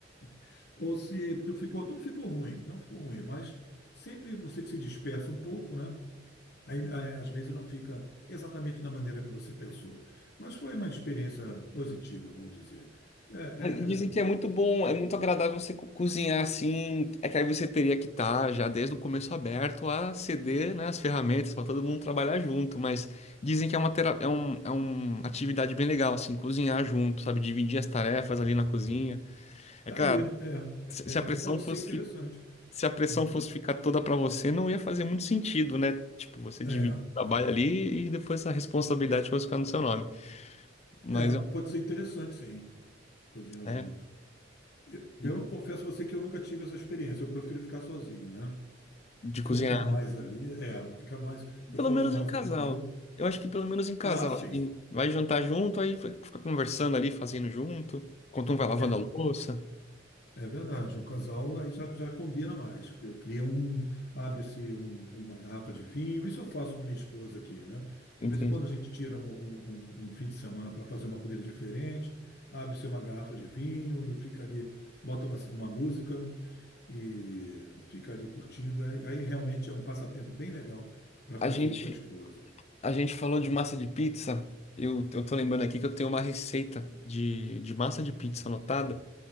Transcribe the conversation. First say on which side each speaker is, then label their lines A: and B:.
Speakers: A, on the left; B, on the left.
A: <laughs> ou se ficou, não ficou ruim, não ficou ruim, mas sempre você se dispersa um pouco, né? Aí, é, às vezes não fica exatamente da maneira que você pensou, mas foi uma experiência positiva, vamos dizer. É, é,
B: Mas Dizem
A: é- é bom.
B: que é muito bom, é muito agradável você co- cozinhar assim. É que aí você teria que estar já desde o começo aberto a ceder, né, as ferramentas pra todo mundo trabalhar junto. Mas dizem que é uma, tera- é um, é uma atividade bem legal, assim, cozinhar junto, sabe? Dividir as tarefas ali na cozinha. É
A: Tá
B: claro.
A: aí,
B: Se
A: é,
B: se a
A: é,
B: pressão
A: pode
B: fosse,
A: ser interessante.
B: fi- se a pressão
A: Uhum.
B: fosse ficar toda para você, não ia fazer muito sentido, né? Tipo, você dividir
A: É,
B: o trabalho
A: é,
B: ali e depois a responsabilidade fosse ficar no seu nome. Mas,
A: É, pode ser interessante, sim, cozinhar
B: é,
A: junto. Eu,
B: de
A: eu confesso a você que eu nunca tive essa experiência. Eu prefiro ficar sozinho, né?
B: de
A: Focar
B: cozinhar,
A: mais
B: né?
A: ali, é, ficar mais, eu
B: Pelo
A: foco
B: menos
A: mais
B: em casal.
A: ali no meu.
B: Eu acho que pelo menos em casal,
A: Ah, sim.
B: assim, vai jantar junto, aí fica fica conversando ali, fazendo junto, enquanto um vai lavando
A: É.
B: a louça.
A: É verdade, o casal aí já, já combina mais. Cria um, abre-se um- uma garrafa de vinho. Isso eu faço com a minha esposa aqui, né?
B: Entende?
A: De vez em quando a gente tira um, um- um um fim de semana para fazer uma comida diferente, abre-se uma garrafa de vinho e fica ali, bota uma, uma música e fica ali curtindo. É- aí realmente é um passatempo bem legal para fazer
B: A gente,
A: com a esposa.
B: a gente falou de massa de pizza. Eu, eu tô lembrando aqui que eu tenho uma receita de, de massa de pizza anotada.